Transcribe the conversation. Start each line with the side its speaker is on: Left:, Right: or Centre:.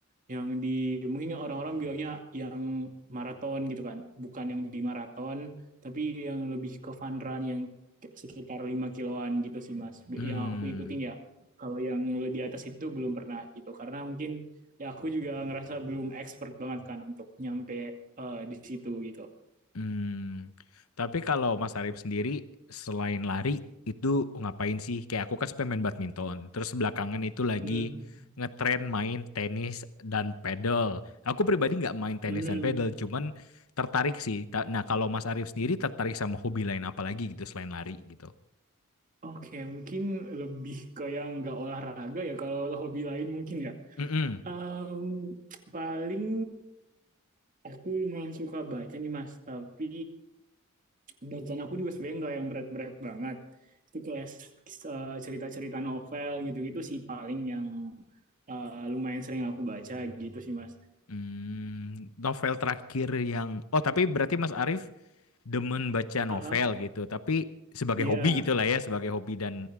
Right: yang di mungkin orang-orang bilangnya yang maraton gitu kan bukan yang di maraton tapi yang lebih ke fun run yang sekitar 5 kiloan gitu sih mas yang
Left: Hmm.
Right: aku ikutin ya kalau yang di atas itu belum pernah gitu karena mungkin ya aku juga ngerasa belum expert banget kan untuk nyampe uh, di situ gitu
Left: Hmm, tapi kalau Mas Arif sendiri selain lari itu ngapain sih? Kayak aku kan suka main badminton. Terus belakangan itu
Right: hmm.
Left: lagi ngetren main tenis dan pedal. Aku pribadi nggak main tenis
Right: Hmm.
Left: dan pedal, cuman tertarik sih. Ta- Nah, kalau Mas Arif sendiri tertarik sama hobi lain apa lagi gitu selain lari gitu?
Right: Oke, okay, mungkin lebih ke yang nggak olahraga ya. Kalau hobi lain mungkin ya.
Left: Mm-mm.
Right: Um, paling Aku lumayan suka baca nih Mas, tapi bacaan aku juga sebenarnya nggak yang berat-berat banget. Itu kayak eh, cerita-cerita novel gitu-gitu sih paling yang eh, lumayan sering aku baca gitu sih Mas.
Left: Hmm, novel terakhir yang Oh, tapi berarti Mas Arif demen baca
Right: Heeh,
Left: novel gitu, tapi sebagai
Right: iya,
Left: hobi gitu lah ya, sebagai hobi dan